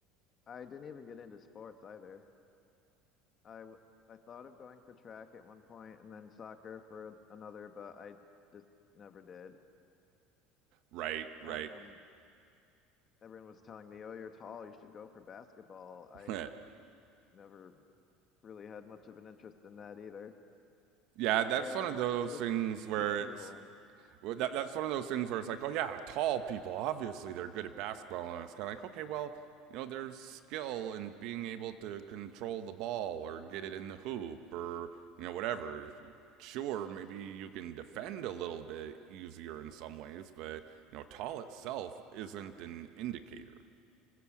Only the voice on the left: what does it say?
I didn't even get into sports either. I w I thought of going for track at one point and then soccer for an another, but I just never did.
Um, everyone was telling me, "Oh, you're tall. You should go for basketball." I
never really had much of an interest in that either.
Yeah,
it was
it was pretty
boring.